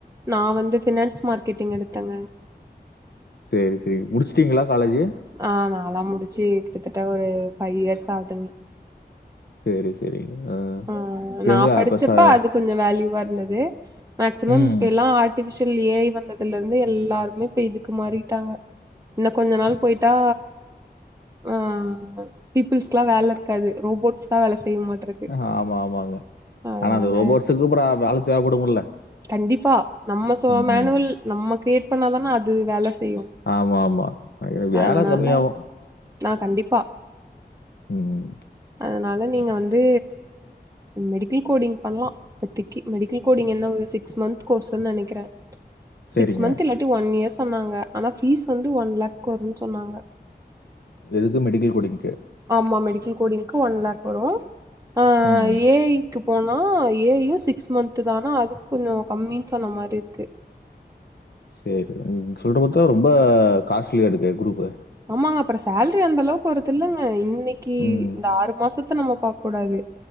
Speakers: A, on the right; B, on the left.
A: நா வந்து ஃபினான்ஸ் மார்க்கெட்டிங் எடுத்தங்க
B: சேரி சேரி முடிச்சிட்டீங்ளா காலேஜு
A: ஆ நாளா முடிச்சு கிட்டத்தட்ட ஒரு ஃபை இயர்ஸ் ஆகுதுங்க
B: சேரி சேரிங்க அ
A: ஆ
B: இப்ப
A: நா
B: எங்க
A: படிச்சப்ப
B: அப்ப ச
A: அது கொஞ்சோ வேல்யூவா இருந்தது மேக்சிமம்
B: ம்.
A: இப்ப எல்லா ஆர்டிஃபிஷியல் ஏ ஐ வந்ததுல இருந்து எல்லாருமே இப்ப இதுக்கு மாறிட்டாங்க இன்னு கொஞ்ச நாள் போய்ட்டா அ பீப்புள்ஸ்க்குல்லா வேல இருக்காது ரோபோட்ஸ்தா வேல செய்யு மாட்ருக்கு
B: ஆமா ஆமாங்க
A: அதனால
B: ஆனா அது ரோபோட்ஸுக்கு அப்றோ வேல தேவைப்படும்ல
A: கண்டிப்பா நம்ம சோ
B: ம்.
A: மேனுவல் நம்ம க்ரியேட் பண்ணாதான அது வேல செய்யு
B: ஆமா ஆமா அ வேல
A: அதனால
B: கம்மியாவு
A: நா கண்டிப்பா
B: ம்
A: அதனால நீங்க வந்து மெடிக்கல் கோடிங் பண்லா இப்பத்திக்கி மெடிக்கல் கோடிங் என்னா ஒரு சிக்ஸ் மன்த் கோர்ஸ்ன்னு நெனைக்றே
B: சரிங்க.
A: சிக்ஸ் மன்த் இல்லாட்டி ஒன் இயர் சொன்னாங்க ஆனா ஃபீஸ் வந்து ஒன் லேக் வரும்னு சொன்னாங்க
B: எதுக்கு மெடிக்கல் கோடிங்க்கு
A: ஆமா மெடிக்கல் கோடிங்க்கு ஒன் லேக் வரு ஆ
B: ம்.
A: ஆ ஏ ஐக்கு போனா ஏ ஐயு சிக்ஸ் மன்த்துதா ஆனா அது கொஞ்சோ கம்மின்னு சொன்ன மாரி இருக்கு
B: சேரி நீங்க சொல்ற பாத்தா ரொம்ப காஸ்ட்லியா ஆயிடுமே குரூப்பு
A: ஆமாங்க அப்றோ சேல்ரி அந்த அளவுக்கு வருது இல்லங்க இன்னக்கி
B: ம்.
A: இந்த ஆறு மாசத்த நம்ம பாக் ககூடாது